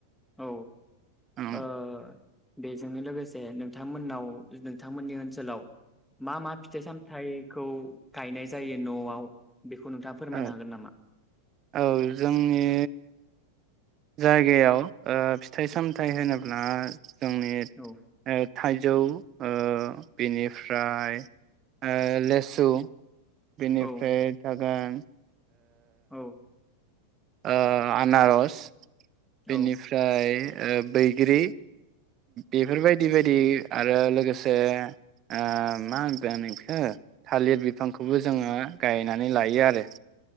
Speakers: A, in the centre; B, on the right (about 30°).
A: औ
B: औ
A: ओह बेजोंनोलोगोसे नोंथांमोननाव नोंथांमोननि ओनसोलाव मा मा फिथाइ सामथाइ खौ गायनाय जायो न'आव बेखौ नोंथाङा फोरमायनो
B: औ
A: हागोन नामा?
B: औ जोंनि जायगायाव ओह फिथाइ सामथायाइ होनोब्ला जोंनि ओ
A: औ
B: थाइजौ ओह बेनिफ्राय ओह लेसु बिनिफ्राय
A: औ
B: जागोन
A: औ।
B: ओह आनारस
A: औ
B: बेनिफ्राय ओ बैग्रि बेफोर बायदि बायदि आरो लोगोसे ओह मा होनगोन इखो थालिर बिफांखौबो जोङो गायनानै लायोआरो।